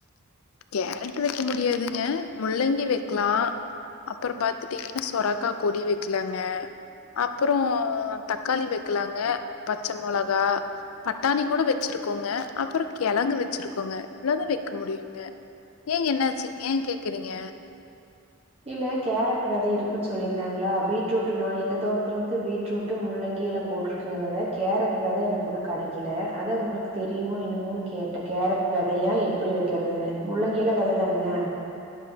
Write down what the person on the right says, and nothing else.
இல்ல கேரட் வெத இருக்குன்னு சொல்லிந்திங்களா பீட்ரூட் நா எங்க தோட்டத்துல வந்து பீட்ரூட்டு முள்ளங்கில்லா போட்டுருக்கங்க வெத கேரட் வெத எனக்கு ஒன்னு கெடக்கல அத உங்களுக்கு தெரியுமோ என்னுமோன்னு கேட்டே கேரட் வெதயா எப்டி வெக்கிறதுன்னு முள்ளங்கில வெத தானுங்க